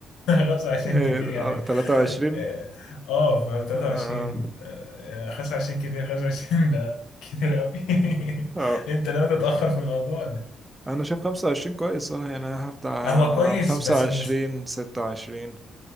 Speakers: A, on the left; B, on the right.
A: 25
B: إيه،
A: كتير يعني
B: 23
A: اه آه، ف 23
B: اه
A: آه، 25 كتير 25 ده كتير قوي <laughs>
B: <laughs>
A: انت ناوي تتأخر في الموضوع ولا
B: انا شايف خمسة وعشرين كويس اه يعني أنا هبدأ
A: إيه؟ هو كويس
B: على خمسة
A: بس
B: وعشرين
A: المش...
B: ستة وعشرين